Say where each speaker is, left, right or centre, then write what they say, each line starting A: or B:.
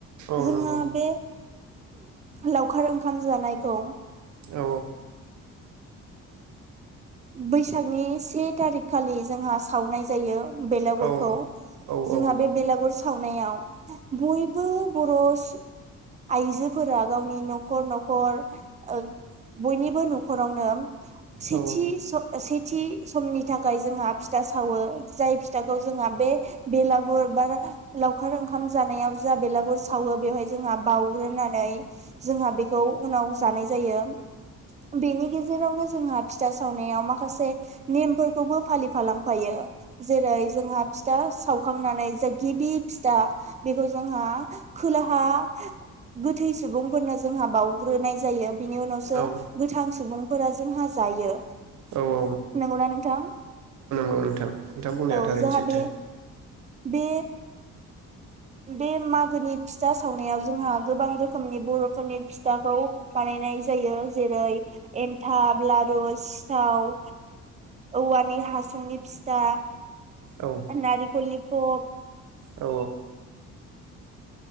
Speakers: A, on the right; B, on the right.
A: औ
B: जोंहा
A: नंगौ औ नंगौ
B: बे लावखार ओंखाम जानायखौ
A: औ
B: बैसागनि से थारिखखालि जोंहा सावनाय जायो बेलागुरखौ।
A: औ नंगौ औ नंगौ औ
B: जोंहा
A: औ
B: बे बेलागुर सावनायाव बयबो बर सु आइजोफोरा गावनि नखर नखर ओ बयनिबो न'खरावनो
A: औ
B: थि स सेथि समनि थाखाय जोंहा फिथा सावो जाय फिथाखौ जोंहा बे बेलागुर बा लावखार ओंखाम जानायाव जा बेलागुर सावो बेवहाय जोंहा बाउग्रोनानै जोंहा बेखौ उनाव जानाय जायो। बेनि गेजेरावनो जोंहा फिथा सावनायाव माखासे नेमफोरखौबो फालिफालांफायो जेरै जोंहा फिथा सावखांनानै जा गिबि फिथा बेखौ जोंहा खोलाहा गोथै सुबुंफोरनो जोंहा बावउग्रोनाय जायो। बिनि उनावसो
A: औ
B: गोथां सुबुंफोरा जोंहा जायो
A: औ
B: नंगौना नोंथां?
A: नोथां बुंनाया
B: औ
A: थारैनो
B: जोंहा
A: सैथो।
B: बे बे बे मागोनि फिथा सावनायाव जोंहा गोबां रोखोमनि बर'फोरनि फिथाखौ बानायनाय जायो जेरै- एन्थाब, लारु, सिथाव, औवानि हासुंनि फिथा,
A: औ
B: नारिखलनि पप।
A: औ